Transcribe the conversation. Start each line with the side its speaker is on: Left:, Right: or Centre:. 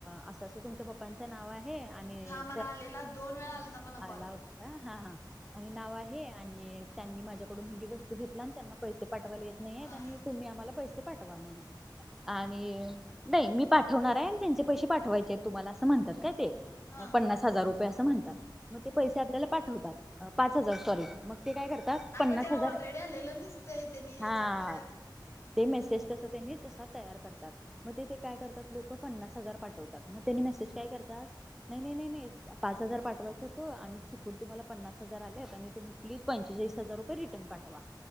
Centre: असं असं तुमच्या पप्पांचं नाव आहे आणि
Left: हा मला आलेला दोन वेळा आला तर मला
Centre: आला
Left: कॉल
Centre: होता हा आणि नाव आहे आणि त्यांनी माझ्याकडून ही ही वस्तू घेतला आणि त्यांना पैसे पाठवायला येत नाही
Left: हा
Centre: आणि तुम्ही आम्हाला पैसे पाठवा म्हगून आणि नाही मी पाठवणार आहे आणि त्यांचे पैसे पाठवायचे तुम्हाला असं म्हणतात काय ते
Left: हा
Centre: पन्नास हजार रुपये, असं म्हणतात. मग ते
Left: हम्म
Centre: पैसे, आपल्याला पाठवतात. पाच हजार, सॉरी. मग ते काय करतात? तर, पन्नास
Left: अगं त्या
Centre: हजार.
Left: ऑलरेडी आलेलं नसतंय त्यांनी ह्याच्यात
Centre: हा. ते मेसेज तसं, त्यांनी तसा तयार करतात. मग ते, ते काय करतात लोक, पन्नास हजार पाठवतात. मग त्यांनी मेसेज काय करतात, नाही, नाही, नाही, नाही. पाच हजार, पाठवायचं होतं आणि चुकून तुम्हाला पन्नास हजार आलेत. आणि तुम्ही प्लीज पंचेचाळीस हजार रिटर्न पाठवा.